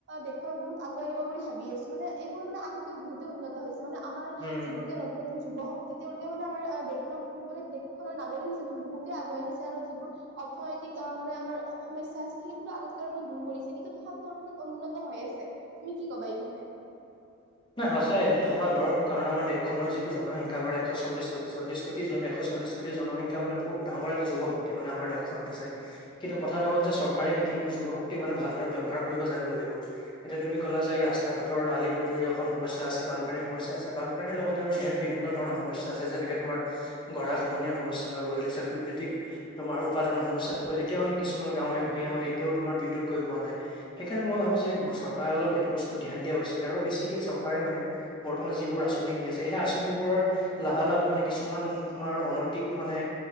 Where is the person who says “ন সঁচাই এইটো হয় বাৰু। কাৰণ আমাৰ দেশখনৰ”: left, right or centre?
Left